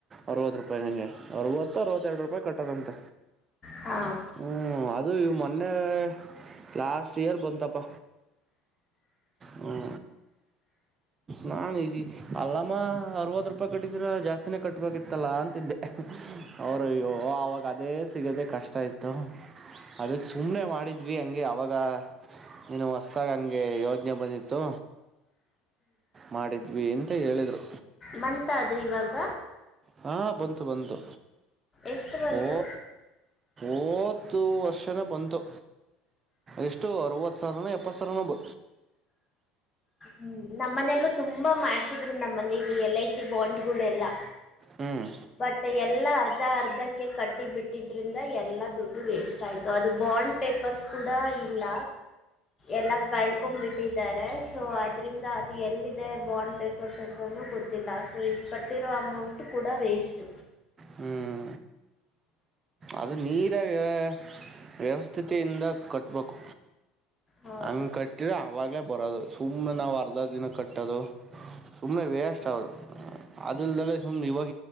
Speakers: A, on the right; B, on the left.
A: ಅರವತ್ತು ರೂಪಾಯಿ ನಂಗೆ ಅವತ್ತು ಅರವತ್ತೆರಡು ರಾಯ ಕೇ ಕಟ್ಟದಂತ
B: ಹಾ
A: ಹ್ಞೂ ಅದು ಇವು ಮೊನ್ನೆ ಲಾಸ್ಟ್ ಇಯರ್ ಬಂತಪ್ಪ ಹ್ಮ ನಾು ಇದಿ ಅಲ್ಲಮ್ಮ ಅರವತ್ತು ರೂಪಾಯಿ ಕಟ್ಟಿದ್ದೀರ ಜಾಸ್ತಿನೇ ಕಟ್ಬೇಕಿತ್ತಲ್ಲಾ ಅಂತಿದ್ದೆ ಅವರು ಅವಾಗ ಅದೇ ಸಿಗದೆ ಕಷ್ಟ ಇತ್ತು ಅದಕ್ಕೆ ಸುಮ್ಮ್ನೆ ಮಾಡಿದ್ವಿ ಹಂಗೆ ಅವಾಗ ನು ಹೊಸದಾಗ ಹಂಗೆ ಯ ಯೋಚನೆ ಬಂದಿತ್ತು ಮಾಡಿದ್ವಿ ಅಂತ ಹೇಳಿದ್ರು
B: ಬಂತಾ ಅದು ಇವಾಗ
A: ಹಾ ಬಂತು ಬಂತು
B: ಎಷ್ಟು ಬಂತು
A: ಓ ಓದು ವರ್ಷನೆ ಬಂತು ಎಷ್ಟು ಅರವತ್ತು ಸಾವಿರನ ಎಪ್ಪತ್ ಸಾವಿರನ ಬ
B: ಹ್ಮ್ ನಮ್ಮನೆಯಲ್ಲೂ ತುಂಬಾ ಮಾಡ್ಸಿದ್ರು ನಮ್ಮನ ಇ ಎಲ್ ಐ ಸಿ ಬಾಂಡ್ ೆಲ್ಲಾ
A: ಹ್ಮ್
B: ಬಟ್ ಎಲ್ಲಾ ಅರ್ಧ ಅರ್ಧಕ್ಕೆ ಕಟ್ಟಿ ಬಿಟ್ಟಿದ್ರಿಂದ ಎಲ್ಲಾ ದುಡ್ಡು ವೇಸ್ಟ್ ಇಷ್ಟ ಆಯ್ತು ಅದು ಬಾಂಡ್ ಪೇಪರ್ಸ್ ಕೂಡ ಇಲ್ಲ ಎಲ್ಲ ಕಳ್ಕೊಂಡ್ ಬಿಟ್ಟಿದ್ದಾರೆ ಸೊ ಅದರಿಂದ ಅದು ಎಲ್ಲಿದೆ ಬಾಂಡ್ ಪೇಪರ್ಸ್ ಅಂತೂ ಗೊತ್ತಿಲ್ಲ ಸೊ ಈದು ಕಟ್ಟಿರೋ ಅಮೌಂಟ್ ಕೂ ವೇಸ್ಟ್
A: ಹ್ಞೂ ಅದು ನೀರ ವ್ಯ ವ್ಯವಸ್ಥಿತೆಯಿಂದ ಕಟ್ಟಬೇಕು
B: ಹೌದು
A: ಹಂಗ ಕಟ್ಟಿದ್ರ ಅವಾಗ್ಲೇ ಬರೋದು ಸುಮ್ಮ್ನೆ ನಾವವು ಅರ್ಧ ದಿನ ಕಟ್ಟೋದು ಸುಮ್ಮನೆ ವೇಸ್ಟ್ ಅಷ್ಟದು ಅದಲ್ದೆಲ್ಲೇ ಸುಮ್ಮ್ನೆ ಇವಾಗ